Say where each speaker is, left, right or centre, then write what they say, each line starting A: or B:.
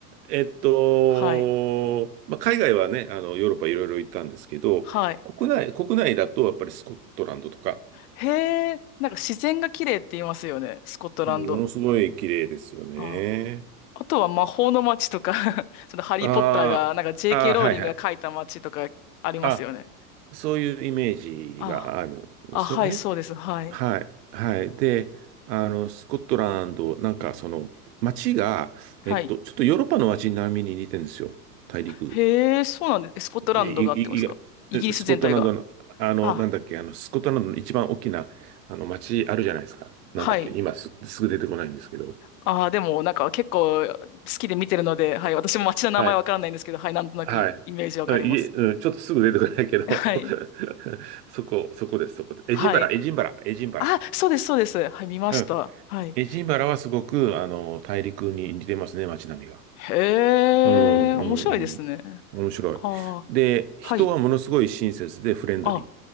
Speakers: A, on the right; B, on the left.
A: えっと、
B: はい。
A: まあ、海外はね、あの、ヨーロッパいろいろ行ったんですけど、
B: はい。
A: 国内、国内だとやっぱりスコットランドとか、
B: へえ、なんか自然が綺麗って言いますよね。スコットランド。
A: うんものすごい綺麗ですよね。
B: ああとは魔法の街とか <laughs> そのハリー・
A: あーあー、
B: ポッターが、なんか JK ローリングが書いた街とかありますよね。
A: はいはい。あ、そういうイメージがあるんですよね。
B: あ、あ、はい、そうです。はい。
A: はい、はい。で、あの、スコットランド、なんかその、街が、
B: はい。
A: えっと、ちょっとヨーロッパの街並みに似てるんですよ。大陸。
B: へえ、そうなんです。えスコットランドがあってますかイギリス全体が。
A: い、い、いえスコットランドの、あの、
B: あ、
A: なんだっけ、あの、スコットランドの一番大きな、あの、街あるじゃないですか。なんだっけ、
B: はい。
A: 今す、すぐ出てこないんですけど。
B: あー、でもなんか結構好きで見てるので、はい。私も街の名前わからないんですけど、
A: はい、
B: はい。なんとなくイイメージわかります。
A: はい。あいえ、うん、ちょっとすぐ出てこないけど
B: <laughs> はい。
A: <laughs> そこ、そこです、そこです。エジンバラ、
B: はい。
A: エジンバラ、エジンバラ。
B: あ、そうです、そうです。はい、見ました。
A: うん。
B: はい。
A: エジンバラはすごく、あの、大陸に似てますね、街並みが。
B: へえ、
A: うん、うん、
B: 面白いですね。
A: うん。面白い。
B: ああ、
A: で、人はものすごい親切でフレンドリ
B: はい。あ、